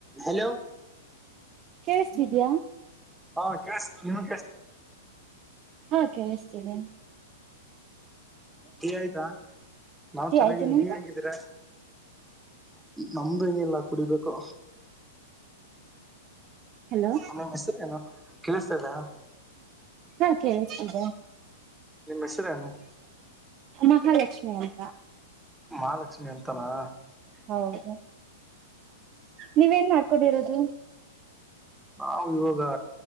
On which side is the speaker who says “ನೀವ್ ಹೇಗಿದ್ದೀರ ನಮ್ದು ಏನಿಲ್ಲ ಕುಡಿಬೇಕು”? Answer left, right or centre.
Centre